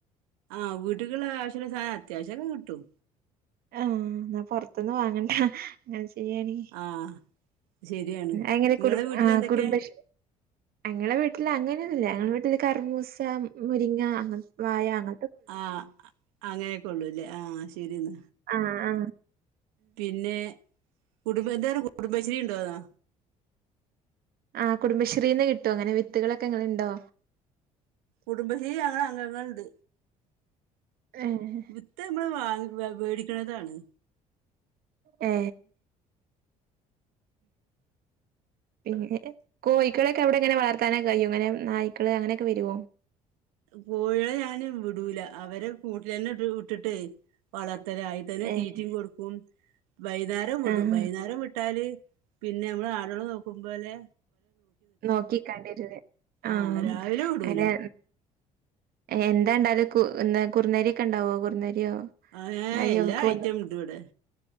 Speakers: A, on the right (about 75°); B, on the right (about 55°).
A: ആഹ് വീട്ടിലുള്ള കാശുള്ള സാധനം അത്യാവശ്യമൊക്കെ കിട്ടും
B: ആഹ് ന്നാ പൊറത്ത്ന്ന് വാങ്ങണ്ട ശരിയാണി
A: ആഹ് ശരിയാണ്
B: അങ്ങനെ
A: നിങ്ങളെ വീട്ടിൽ
B: ആ
A: എന്തൊക്കെ
B: കുടുംബശ ഞങ്ങളെ വീട്ടില് അങ്ങനെയൊന്നുല്ല ഞങ്ങളടെ വീട്ടില് കർമൂസ മുരിങ്ങ അങ്ങ വായ അങ്ങ
A: ആ അങ്ങനെയൊക്കെ ഉള്ളൂല്ലേ ആ ശരിന്നാ
B: ആ ആ
A: പിന്നെ കുടുംബ <unintelligible> കുടുംബശ്രീ ഉണ്ടോന്നോ
B: ആ കുടുംബശ്രീന്ന് കിട്ടോങ്ങനെ വിത്തുകളൊക്കെ ഇങ്ങളുണ്ടോ
A: കുടുംബശ്രീ അങ്ങള് അംഗങ്ങളുണ്ട്
B: ഏഹ്
A: വിത്ത നമ്മള് വാങ്ങ മേടിക്കണതാണ്
B: ഏ പിന്നെ കോഴക്കളക്കെ അവിടെങ്ങനെ വളർത്താനൊ കഴിയോ അങ്ങനെ നായ്ക്കള് അങ്ങനെയൊക്കെ വരൊ
A: കോഴികളെ ഞാന് വിടൂല അവര് കൂട്ടിലന്നെ ഇട്ട് വിട്ടിട്ടേ വളർത്ത ത്ത ആയി തന്നെ
B: ഏഹ്
A: തീറ്റയും കൊടുക്കും വൈന്നേരം വിടും
B: ആഹ്
A: വൈന്നേരം വിട്ടാല് പിന്നെ മ്മള് ആടോളെ നോക്കുമ്പോലെ
B: നോക്കിക്കണ്ടിരും ആ
A: ആഹ് രാവിലെ വിടൂല
B: അനെ എന്താണ്ടാല് കു എ കുർനരി ഒക്കെ ഉണ്ടാവോ കുർന്നരി
A: ഏഹ്
B: അയ്യോ
A: എല്ലാ
B: ക്ക്
A: ഐറ്റം ഉണ്ട് ഇവിടെ